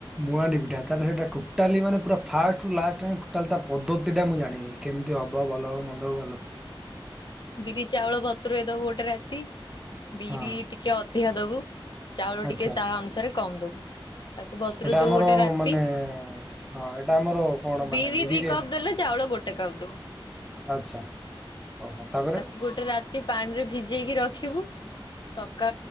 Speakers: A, in the centre; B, on the left.
A: ମୁହାଣ୍ଡି ପିଠା ତାହେଲେ ସେଇଟା ଟୋଟାଲି ମାନେ ପୁରା ଫାଷ୍ଟ ଟୁ ଲାଷ୍ଟ ଟୋଟାଲି ତା ପଦ୍ଧତି ଟା ମୁଁ ଜାଣିବି କେମିତି ହବ ଭଲ ହବ ମନ୍ଦ ହବ ଭଲ
B: ବିରି ଚାଉଳ ବତୁରେଇଦବୁ ଗୋଟେ ରାତି। ବିରି
A: ହଁ
B: ଟିକେ ଅ ଧିକ ଦବୁ। ଚାଉଳ
A: ଆଚ୍ଛା
B: ଟିକେ ତା ଅନୁସାରେ କମ ଦବୁ ତାକୁ ବତୁରେଇ
A: ଏଇଟା
B: ଦବୁ
A: ଆମର
B: ଗୋଟେ ରାତି
A: ମାନେ ହଁ ଏଇଟା ଆମର କଣ ମାନେ
B: ବିରି
A: ବିରିରେ
B: ଦି କପ ଦେଲେ ଚାଉଳ ଗୋ <unintelligible>
A: ଆଚ୍ଛା। ଓହୋ ତାପରେ
B: ତାକୁ ଗୋଟେ ରାତି ପାଣିରେ ଭିଜେଇକି ରଖିବୁ। ସ